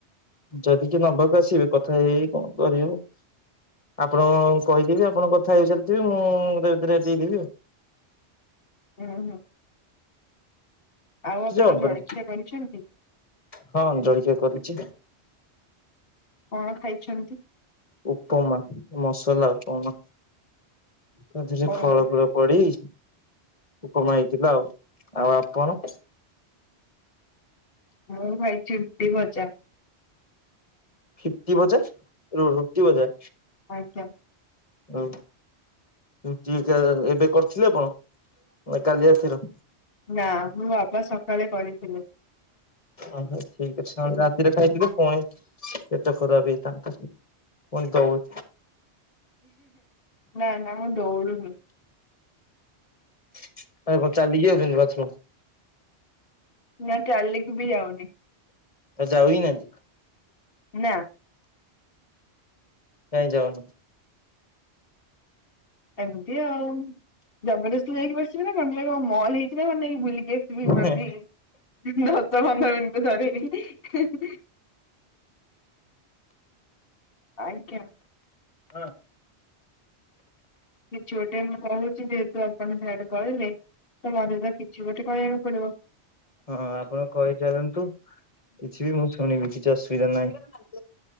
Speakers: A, on the left; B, on the left.
A: ଯଦି କିିଏ ନବାକୁ ଆସିବେ କଥା ହେଇ ହେଇ କଣ କରିହବ। ଆପଣ କହିଦେବି ଆପଣ କଥା ହେଇ ଚାଲିଥିବେ ମୁଁ ତା ଭିତରେ ଦେଇଦେବି ଆଉ।
B: ହଁ ହଁ ଆଉ
A: କିଛି
B: ଆପଣ
A: ହବନି
B: ଜଳଖିଆ କରିଛନ୍ତି?
A: ହଁ ଜଳିଖିଆ କରୁଛି।
B: କଣ ଖାଇଛନ୍ତି?
A: ଉପମା ମସଲା ଉପମା। ତାଥିଏ ରେ
B: ଓହୋ
A: ଫଳ ଫଳ ପଡି଼। ଉପମା ହେଇଥିଲା ଆଉ ଆପଣ?
B: ମୁଁ ଖାଇଚି ରୁଟି ଭଜା।
A: ଫିଟ୍ବି ଭଜା ରୁଟି ଭଜା।
B: ଆଜ୍ଞା।
A: ହୁଁ। ରୁଟି ଏବେ କରିଥିଲେ କଣ ନା କାଲି ରାତି ର।
B: ନା ମୋ ବାପା ସକାଳେ କରିଥିଲେ।
A: ଓହୋ ଠିକ୍ ଅଛି ରାତିରେ ଖାଇଥିଲେ ପୁଣି ପେଟ ଖରାପ ହେଇଥାନ୍ତା। କଣି ଦଉ
B: ନା ନା ମୁଁ ଦୌଡ଼ୁନି।
A: <unintelligible> ଆରେ ଚାଲି ଯାଉ ବାଥରୁମ।
B: ନା ଚାଲିକି ବି ଯାଉନି।
A: ଆଉ ଯାଉ ହି ନାହିଁ।
B: ନାଁ।
A: କାଇଁ ଯାଉନ।
B: ଏମିତି ଆଉ ଜବରଦସ୍ତି ଯାଇକି ବସିବି ନା କଣ ମଲ୍ ହେଇଛି ନା କଣ ନେଇକି ବୁଲିକି ଆସି-
A: ହେଁ
B: <unintelligible> ଦଶ ପନ୍ଦର ମିିନଟ ରେ ଥରେ। ଆଜ୍ଞା।
A: ହେଁ
B: କିଛି ଗୋଟେ ମୁଁ କହୁଛି ଯେହେତୁ ଆପଣ ସେଆଡ଼େ କହିଲେ। ତ ମୋତେ ତ କିଛି ଗୋଟେ କହିଆକୁ ପଡି଼ବ।
A: ହଁ ଆପଣ କହିଚାଲନ୍ତୁ କିଛି ବି ମୁଁ ଶୁଣିବି କିଛି ଅସୁବିଧା ନାହିଁ।